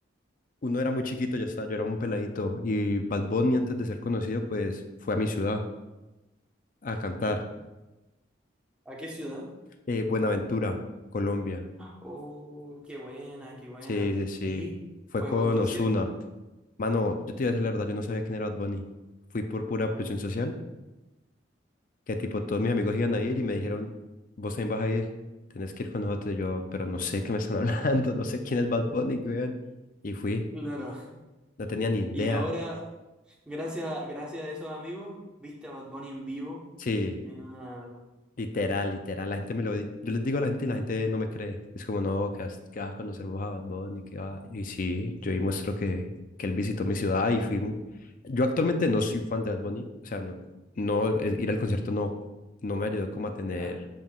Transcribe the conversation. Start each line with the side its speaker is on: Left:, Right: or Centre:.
Left: Uno era muy chiquito, yo estaba, yo era un peladito. Y Bad Bunny, antes de ser conocido, pues fue a mi ciudad a cantar.
Centre: ¿A qué ciudad?
Left: Eh, Buenaventura, Colombia.
Centre: Oh, qué buena, qué buena.
Left: Sí, sí, sí.
Centre: ¿Y
Left: Fue
Centre: fue
Left: con
Centre: buen concierto?
Left: Ozuna. Mano, yo te iba a decir la verdad, yo no sabía quién era Bad Bunny. Fui por pura presión social que tipo todos mis amigos iban
Centre: Ya.
Left: a ir y me dijeron, vos también vas a ir, tenés que ir con nosotros. Y yo, pero no sé qué me están <laughs> hablando, no sé quién es Bad Bunny, weón. Y fui,
Centre: Claro.
Left: no tenía ni idea.
Centre: Y ahora, gracias, gracias a esos amigos, viste a Bad Bunny en vivo
Left: Sí.
Centre: en una...
Left: Literal, literal. La gente me lo... di- Yo les digo a la gente y la gente no me cree. Es como, no, que vas, que vas a conocer vos a Bad Bunny, que va... Y sí, yo ahí muestro que, que él visitó mi ciudad y fuimos. Yo actualmente no soy fan de Bad Bunny. O sea, no, no, eh, ir al concierto no, no me ayudó como a tener,
Centre: Claro.